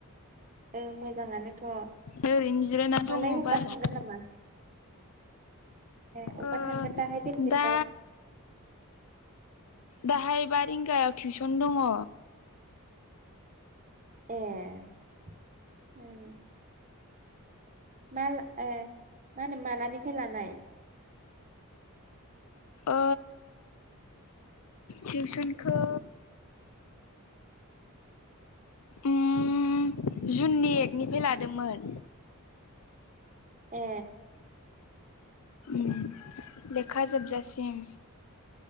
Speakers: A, on the right; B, on the left.
A: ओं मोजांङानोथ'
B: ओरैनो जिरायना दङ
A: दालाय अबेबा
B: बाराव
A: थांगोन नामा? ए अबा
B: ओ
A: थांगोन दाहाय बेलसेफ्राव?
B: दा दाहाय बा रिंगायाव टिउसन दंङ।
A: ए। माल ओ मालानिफ्राय लानाय?
B: ओ टिउसनखौ उम जुननि एकनिफ्राय लादोंमोन।
A: ए।
B: उम लेखा जोबजासिम।